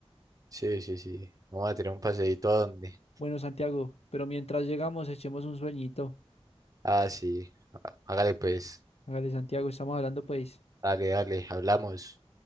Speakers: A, on the right; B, on the left.
A: Sí, sí, sí. Vamos a tirar un paseíto a dónde.
B: Bueno, Santiago, pero mientras llegamos echemos un sueñito.
A: Ah, sí. Há- Hágale pues.
B: Hágale, Santiago, estamos hablando pues.
A: Dale, dale, hablamos.